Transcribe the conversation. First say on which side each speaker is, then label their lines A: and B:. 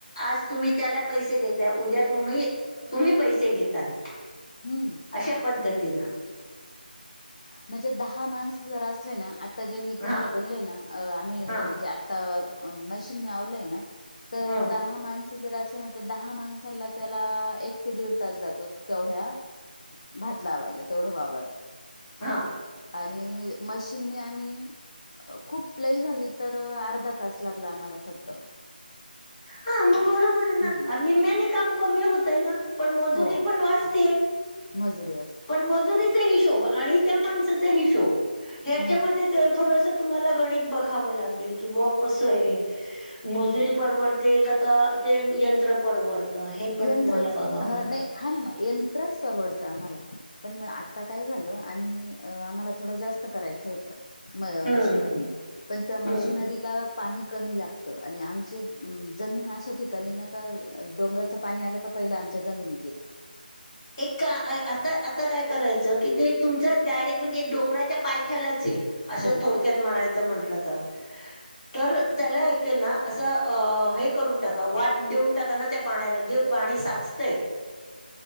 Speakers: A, on the left (about 20°); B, on the left (about 35°).
A: आज तुम्ही त्याला पैसे देताय उद्या तुम्ही तुम्ही पैसे घेताल.
B: हम्म
A: अशा पद्धतीनं.
B: म्हणजे दहा माणस जर असले ना आ ता जे मी तुम्हाला
A: हा
B: बोलले ना आम्ही
A: हा
B: जे आता मशीन लावलय ना तर
A: हम्म
B: दहा माणसं जर असले ना तर दहा माणसांला त्याला एक ते दीड तास जातो, तेवढ्या भात लावायला तेवढं वावर.
A: हा
B: आणि मशीनी आम्ही खूप लई झाली तर अर्धा तास लागला आम्हाला फक्त.
A: हा मग बरोबर आहे ना
B: हम्म.
A: निम्म्याने काम कमी होत आहे ना पण मजुरी
B: हो
A: पण वाचतेय.
B: मजुरी वाच
A: पण मजुरीचा हिशोब आणि त्या माणसाचा हिशोब ह्याच्यामध्ये
B: हा
A: थोडस तुम्हाला गणित बघावं लागेल किंवा बुआ कसं आहे मजुरी परवड ते आता ते यंत्र परवडतं हे पण
B: यंत्रच
A: तुम्हाला बघाव ला
B: ह नाही हा ना मग यंत्रच परवडतं आम्हाला, पण मग आत्ता काय झालं आम्ही आम्हाला थोड जास्त करायचं होतं म
A: हम्म
B: मशनरीन पण त्या मशनरीला
A: हम्म
B: पाणी कमी लाग त आणि आमचे जमीन अशा ठिकाणी ना का डोंगराचं पाणी आलं का पहिलं आम च्या जमिनीत येत.
A: एक आता आता काय करायचं कि तुमच डायरेक्ट म्हणजे डोंगराच्या पाय थ्यालाच ये असं
B: हो
A: थोडक्यात म्हणायचं म्हंटलं तर तर त्याला ऐक ये ना असं अ हे करून टाका वाट देऊन टाका ना त्या पाण्याला जे पाणी साचतय